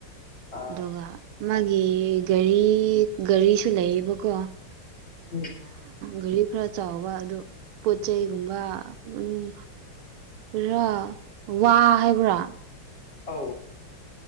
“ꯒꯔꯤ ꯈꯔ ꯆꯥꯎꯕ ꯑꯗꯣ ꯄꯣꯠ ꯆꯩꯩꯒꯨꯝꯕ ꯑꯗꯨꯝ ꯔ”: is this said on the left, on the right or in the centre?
Right